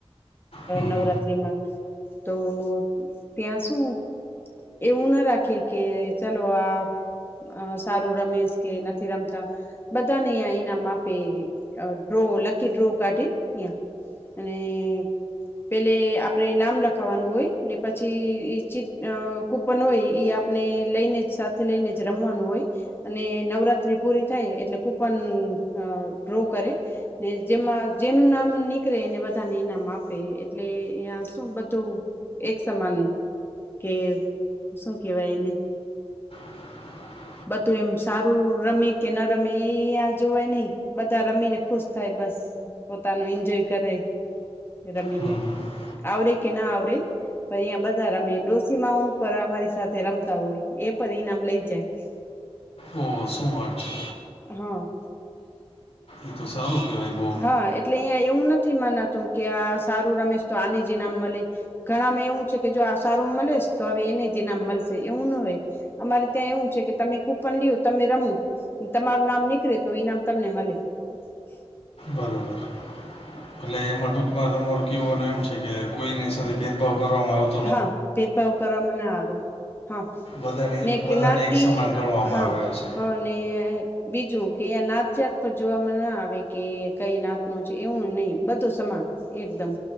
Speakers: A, on the left (about 70°); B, on the left (about 20°).
A: હમ
B: નવરાત્ર્રીમાં તો ત્યાં શું. એવું ના રાખે કે ચાલો આ અ સારુ રમીશ કે નથી રમતા બધાને ઈયા ઇનામ આપે ડ્રો લકી ડ્રો કાઢીં ઈયા અને પેલે આપડે નામ લખાવાનું હોય ને પછી એ ચી અ કૂપન હોય એ આપને લઈને જ સાથે લઈને જ રમવાનું હોય અને નવરાત્રી પૂરી થાય એટલે કુપન અ ડ્રો કરે. ને જેમાં જેનું નામ નીકળે એને બધાને ઈનામ આપે એટલે અ શું બધું એક સમાન કે શું કેવાય એને
A: <unintelligible>
B: બધું એમ સારું રમે કે ના રમે એ જોય નઈ બધા રમી ને ખુશ થાય બસ પોતાનો એન્જોય કરે રમીને
A: હમ
B: આવરે કે ના આવરેે પણ અહીંયા બધા રમે ડોસી માઉ પણ અમારી સાથે રમતા હોય એ પણ ઈનામ લઈ જાય
A: ઓ શું વાત છે.
B: હા
A: એ તો સારું કહેવાય બહુ.
B: હ એટલે અહીંયા એવું નથી મનાતું કે આ સારું રમીશ તો આને જ ઈનામ મળે. ઘણામાં એવું છે કે જો આ સારું મળેસ તો હવે એને જનામ મળશે એવું ન હોય અમારે ત્યાં એવું છે કે તમે કુપન લીઓ તમે રમો તમારું નામ નીકળે તો ઈ નામ તમને મળે. હ
A: બરાબર
B: <unintelligible>
A: એટલે એમાં ટૂંકમાં તમારું કેવાનું એમ છે કે કોઈની સાથે ભેદભાવ કરવામાં આવ
B: હા ભેદભાવ કરવામાં ના આવે. હા
A: બધાને
B: ને જ્ઞાતિ
A: બધાને એક સમાન ગણવામાં
B: હા
A: આવે છે
B: હા ને. બીજું કે અંયા નાત જાત પર જોવામાં ના આવે કે કઈ નાત ન છે એવું નહી બધો સમાન એકદમ